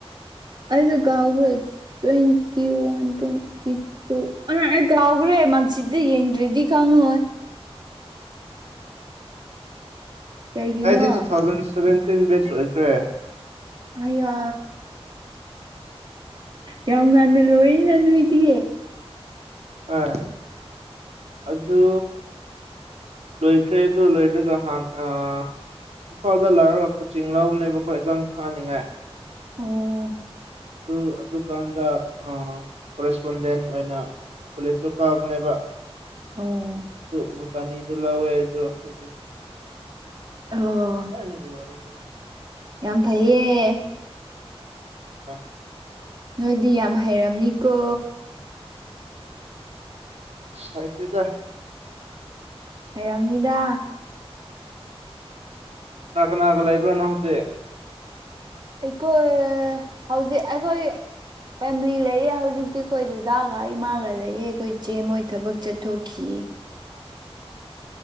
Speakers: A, on the right (about 45°); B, on the right (about 80°).
A: ꯑꯩꯖꯨ ꯀꯥꯎꯒꯔꯦ ꯇ꯭ꯋꯦꯟꯇꯤ ꯋꯥꯟ ꯇ꯭ꯋꯦꯟꯇꯤ ꯇꯨ ꯑꯩ ꯀꯥꯎꯒꯔꯦ ꯃꯥꯛꯁꯤꯠꯗ ꯌꯦꯡꯗ꯭ꯔꯗꯤ ꯈꯪꯉꯣꯏ ꯀꯩꯒꯤꯅꯣ
B: ꯑꯩꯗꯤ ꯇꯨ ꯊꯥꯎꯖꯟ ꯁꯚꯦꯟꯇꯤꯟ ꯕꯦꯁ ꯑꯣꯏꯈ꯭ꯔꯦ
A: ꯑꯌꯥ ꯌꯥꯝ ꯉꯟꯅ ꯂꯣꯏꯅ ꯅꯣꯏꯗꯤ
B: ꯍꯣꯏ ꯑꯗꯨ ꯂꯣꯏꯈ꯭ꯔꯦ ꯑꯗꯨ ꯂꯣꯏꯈꯔꯒ ꯍꯥꯟ ꯑ ꯏꯝꯐꯥꯜꯗ ꯂꯥꯛꯑ ꯀꯣꯆꯤꯡ ꯂꯎꯕꯅꯦꯕꯀꯣ ꯑꯦꯛꯖꯥꯝ ꯊꯥꯅꯤꯡꯉꯥꯏ
A: ꯑꯣ
B: ꯑꯗꯨ ꯑꯗꯨꯀꯥꯟꯗ ꯑꯥ ꯀꯣꯔꯦꯁꯄꯣꯟꯗꯦꯟ ꯑꯣꯏꯅ ꯀꯣꯂꯦꯁꯁꯨ ꯀꯥꯕꯅꯦꯕ
A: ꯑꯣ
B: ꯑꯗꯨ ꯕꯣꯇꯅꯤꯖꯨ ꯂꯧꯋꯦ ꯑꯗꯨ ꯍꯧꯖꯤꯛ
A: ꯑꯣ
B: ꯊꯥꯏꯅꯒꯤ ꯋꯥꯔꯤꯅꯦꯗ
A: ꯌꯥꯝ ꯐꯩꯌꯦ
B: <unintelligible>
A: ꯅꯣꯏꯗꯤ ꯌꯥꯝ ꯍꯩꯔꯝꯅꯤꯀꯣ
B: ꯍꯩꯇꯦꯗ
A: ꯍꯩꯔꯝꯅꯤꯗ
B: ꯀꯅꯥ ꯀꯅꯥꯒ ꯂꯩꯕ꯭ꯔ ꯅꯪ ꯍꯧꯖꯤꯛ
A: ꯑꯩꯈꯣꯏ ꯍꯧꯖꯤꯛ ꯑꯈꯣꯏ ꯐꯦꯝꯂꯤ ꯂꯩꯌꯦ ꯍꯧꯖꯤꯛꯇꯤ ꯑꯩꯈꯣꯏ ꯗꯗꯥꯒ ꯏꯃꯥꯒ ꯂꯩꯑꯦ ꯑꯩꯈꯣꯏ ꯏꯆꯦ ꯃꯣꯏ ꯊꯕꯛ ꯆꯠꯊꯣꯛꯈꯤꯌꯦ